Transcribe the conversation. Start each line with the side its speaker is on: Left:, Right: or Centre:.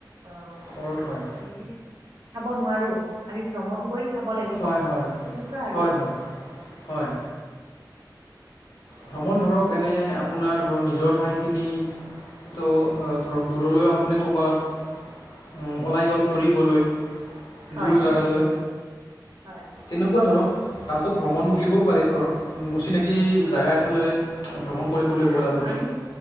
Right: অ', <unintelligible>
Left: ঘৰত হয়
Right: চাব নোৱাৰো আমি ভ্ৰমণ কৰি চাব লাগিব,
Left: হয় হয়
Right: তেনেকুৱা আৰু।
Left: হয় হয় হয়। ভ্ৰমণ ধৰক এনে আপোনাৰ ধৰক নিজৰ ঠাইখিনিতো ধৰক দূৰলৈ আপুনি ক'ৰবাত ওলাই গ'ল ফুৰিবলৈ
Right: হয়
Left: দূৰ জেগালৈ,
Right: হয়
Left: তেনেকুৱা ধৰক তাকো ভ্ৰমণ বুলিবও পাৰি ধৰক। অচিনাকি
Right: হয়
Left: জেগা
Right: হয়
Left: এঠাইলৈ
Right: হয়
Left: ভ্ৰমণ
Right: তেতিয়া
Left: কৰিবলৈ গ'ল আপুনি।
Right: আমি